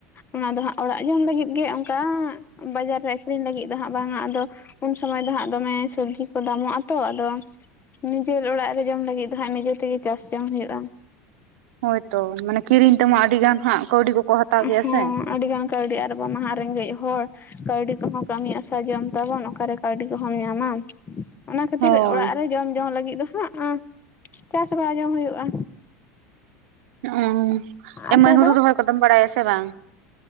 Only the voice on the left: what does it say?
ᱚᱱᱟ ᱫᱚ ᱦᱟᱸᱜ ᱚᱲᱟᱜ ᱡᱚᱢ ᱞᱟᱹᱜᱤᱫ ᱜᱮ ᱚᱱᱠᱟ ᱵᱟᱡᱟᱨ ᱨᱮ ᱟᱹᱠᱷᱨᱤᱧ ᱞᱟᱹᱜᱤᱫ ᱫᱚ ᱦᱟᱸᱜ ᱵᱟᱝ ᱟ ᱟᱫᱚ ᱩᱱ ᱥᱚᱢᱚᱭ ᱫᱚ ᱦᱟᱸᱜ ᱫᱚᱢᱮ ᱥᱚᱵᱡᱤ ᱠᱚ ᱫᱟᱢᱚᱜᱼᱟ ᱛᱚ ᱟᱫᱚ ᱱᱤᱡᱮᱨ ᱚᱲᱟᱜ ᱨᱮ ᱡᱚᱢ ᱞᱟᱹᱜᱤᱫ ᱫᱚ ᱦᱟᱸᱜ ᱱᱤᱡᱮ ᱛᱮᱜᱮ ᱪᱟᱥ ᱡᱚᱝ ᱦᱩᱭᱩᱜᱼᱟ᱾
ᱦᱚᱸ
ᱟᱹᱰᱤᱜᱟᱱ ᱠᱟᱹᱣᱰᱤ ᱟᱨ ᱟᱵᱚ ᱢᱟ ᱦᱟᱜ ᱨᱮᱸᱜᱮᱡ ᱦᱚᱲ ᱠᱟᱹᱣᱰᱤ ᱠᱚᱦᱚᱸ ᱠᱟᱹᱢᱤ ᱟᱥᱟ ᱡᱚᱢ ᱛᱟᱵᱚᱱ ᱚᱠᱟᱨᱮ ᱠᱟᱹᱣᱰᱤ ᱠᱚᱦᱚᱢ ᱧᱟᱢᱟ? ᱚᱱᱟ ᱠᱷᱟᱹᱛᱤᱨ
ᱚᱲᱟᱜ ᱨᱮ ᱡᱚᱢ ᱡᱚᱝ ᱞᱟᱹᱜᱤᱫ ᱫᱚ ᱦᱟᱸᱟᱜ ᱪᱟᱥ ᱵᱟᱲᱟ ᱡᱚᱝ ᱦᱩᱭᱩᱜᱼᱟ᱾
ᱟᱯᱮ
ᱫᱚ